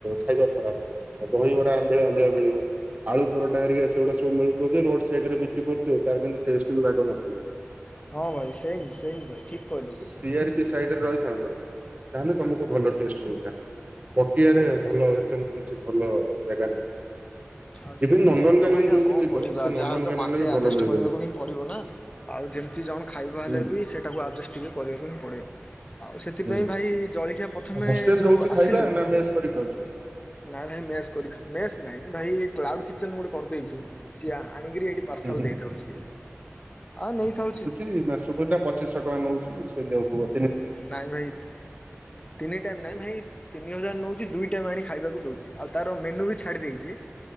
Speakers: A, on the right; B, on the left.
A: ଖାଇବା ଖରାପ ଦହିବରା ଆମ୍ବିଳା ଆମ୍ବିଳା ମିଳିବ। ଆଳୁ ପରଟା ହେରିକଆ ସେଗୁଡ଼ା ସବୁମିଳୁଥିବ ଯେ ରୋଡ଼ ସାଇଡରେ ବିକ୍ରି କରୁଥିବ ତାର କିନ୍ତୁ ଟେଷ୍ଟ ବି ବାଗ ନଥିବ।
B: ହଁ ଭାଇ ସେଇ ସେଇ ଭାଇ ଠିକ କହିଲ ଭାଇ।
A: ସି ଆର ପି ସାଇଡରେ ରହିଥାନ୍ତ ତାହେଲେ ତମକୁ ଭଲ ଟେଷ୍ଟ ମିଳିଥା ପଟିଆ ରେ ଭଲ ସେମିତି କିଛି ଭଲ ଜାଗା ନାହିଁ।
B: ଆଉ ସେମିତି
A: ଇଭିନ୍ ନନ୍ଦନକାନନ
B: ହିଁ ତ ଭାଇ ଆଉ
A: ଯୋଉ
B: କଣ
A: ବି ଯିବ
B: କରିବା
A: ସେ
B: ଯାହେଲେ
A: ନନ୍ଦନକାନନରେ
B: ମାସେ
A: ବି
B: ଆଜେଷ୍ଟ
A: ଭଲ ମିଳିବନି
B: କରିବାକୁ ହିଁ ପଡିବ ନା। ଆଉ ଯେମିତି ଜଣ ଖାଇବା ହେଲେ
A: ହୁଁ।
B: ବି ସେଇଟାକୁ ଆଜେଷ୍ଟ ଟିକେ କରିବାକୁ ହିଁ ପଡ଼ିବ। ଆଉ ସେଥିପାଇଁ
A: ହୁଁ
B: ଭାଇ ଜଳଖିଆ ପ୍ରଥମେ
A: ହଷ୍ଟେଲ
B: ଯୋଉ
A: ଦଉଛି ଖାଇବା
B: ଆସିଲୁ
A: ନା ମେସ୍ କରି ଖାଉଛ?
B: ନାଇଁ ଭାଇ ମେସ୍ କରିଖାଉ ମେସ୍ ନାଇଁ ଭାଇ କ୍ଲାଉଟ୍ କିଚେନ ଗୋଟେ କରିଦେଇଛୁ ସିଆ ଆଣିକିରି ଏଇଠି ପାର୍ସଲ୍
A: ହୁଁ ହୁଁ
B: ଦେଇଦଉଛି ଆଁ ନେଇଥାଉଛି
A: ଇ ନାସୁକୁଟା ପଚିଶହ ଟଙ୍କା ନେଉଛି ସେ ଦେଉଥିବ
B: ନାଇଁ ଭାଇ ତିନି ଟା ନାଇଁ ଭାଇ ତିନି ହଜାର ନଉଛି ଦୁଇଟାକୁ ଆଣି ଖାଇବାକୁ ଦଉଛି ଆଉ ତାର ମେନୁ ବି ଛାଡ଼ି ଦେଇଛି